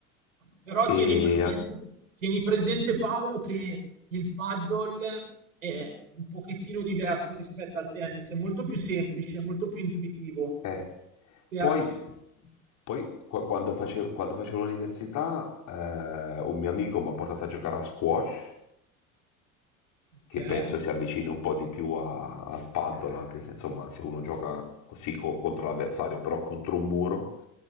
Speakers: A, on the right; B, on the left.
A: Però
B: E,
A: tieni presente, tieni presente Paolo che il paddle è un pochettino diverso rispetto al tennis, è molto più semplice, molto più intuitivo,
B: eh,
A: perché,
B: poi Poi qua- quando facevo, quando facevo l'università eh, un mio amico mi ha portato a giocare a squash,
A: ok,
B: che penso si avvicini un po' di più a- al paddle, anche se insomma se uno gioca così co- contro l'avversario, però contro un muro,